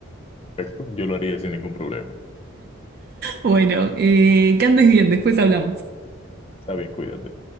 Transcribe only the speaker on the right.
Bueno, eh, que andes bien, después hablamos.